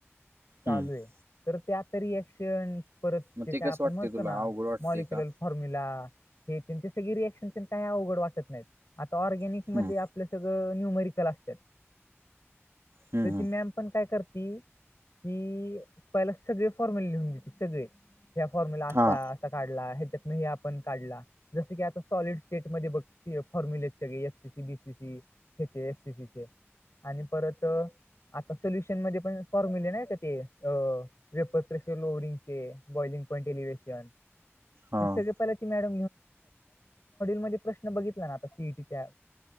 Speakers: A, on the left; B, on the right.
A: चालू
B: हम्म
A: आहे तर त्या आत रिएक्शन परत
B: मग
A: ते काय
B: कसं
A: आपण
B: वाटतंय
A: म्हणतो
B: तुला
A: ना
B: अवघड वाटतंय
A: मॉलिक्युल
B: का
A: फॉर्म्यला हे त्यांचे सगळे रिएक्शन काही अवघड वाटत नाही आता ऑर्गॅनिकमध्ये
B: हम्म
A: आप सगळ न्यूमरल असत
B: हम्म
A: तरॅ.
B: हम्म.
A: ण काय कर कि प सगळे फॉर्मॅल लिहून देत सगळे. ह्या फॉर्म्युला असता
B: हा
A: असा काढला ह्याच्यातन हे आपण काढला. जसं की आता सॉलिड स्टेट मध्ये बघते फॉर्म्युले सग एफसीसी बीसीसी ख बीएसीचे आणि परत आता सोल्युशन मध्ये पण फॉर्म्युले नाही का ते वेपर प्रेशर लोवरिंग चे बॉलिंग पॉंट एलिवेशन
B: हा
A: हे सगळे. र मड प्रश बलाईटीच्या